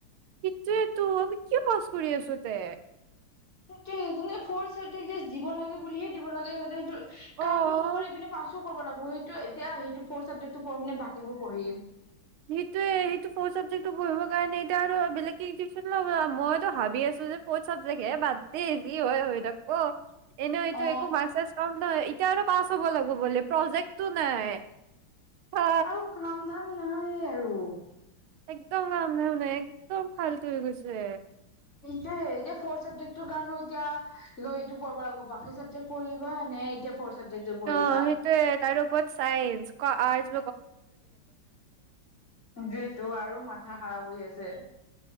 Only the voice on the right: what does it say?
সটোয়েতো আমি কিয় পাছ কৰি আছো তে
অ'।
সেইটোয়ে সেইটো পঢ়িব কাৰণে এতিয়া আৰু বেলেগ কে <unintelligible> মইতো ভাবি আছো যে ফৰ্ত চাবজেক্ট হে বাদ যি হয় হৈ থাকক এনে হেইটো
একো মাৰ্ক চাৰ্ক কাউণ্ট নাই এতিয়া আৰু পাছ হ'ব লাগিব বোলে প্ৰজেক্টটো নাই হা,
একদম <unintelligible> একদম ফাল্টু হৈ গৈছে
অ সেইটোয়ে তাৰ ওপৰত চাইজ ক আজ